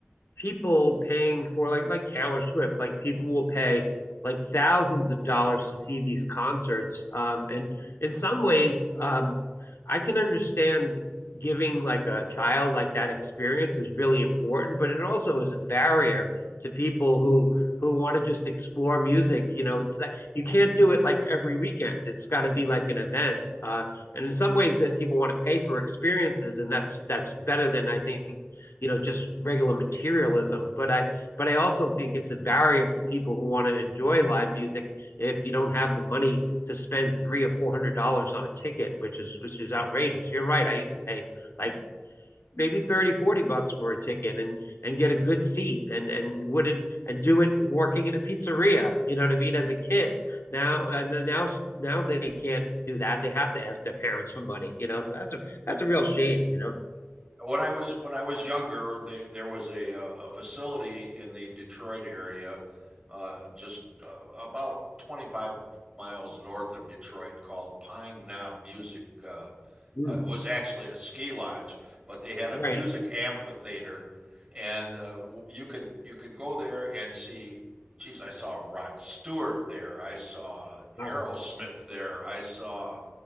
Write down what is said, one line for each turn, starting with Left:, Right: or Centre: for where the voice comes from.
Left: people paying for like like Taylor Swift, like people will pay like thousands of dollars to see these concerts. Um, and in some ways, um, I can understand giving like a child like that experience is really important, but it also is a barrier to people who who want to just explore music. You know, it's that you can't do it like every weekend. It's got to be like an event. Uh, and in some ways, that people want to pay for experiences, and that's that's better than I think you know just regular materialism but i but i also think it's a barrier for people who want to enjoy live music if you don't have the money to spend three or four hundred dollars on a ticket which is which is outrageous you're right i used to pay like maybe 30, 40 bucks for a ticket and and get a good seat and and wouldn't and do it working in a pizzeria you know what i mean as a kid now and then now now they can't do that they have to ask their parents for money you know so that's a that's a real shame you know
Right: When I was when I was younger, they, there was a uh, a facility in the Detroit area uh, just uh, about 25 miles north of Detroit called Pine Knob Music uh,
Left: Mm,
Right: Uh, it was actually a ski lodge, but they had a
Left: right
Right: music amphitheater, and uh, you could you could go there and see. Geez, I saw Rod Stewart there. I saw
Left: Wow.
Right: Aerosmith there. I saw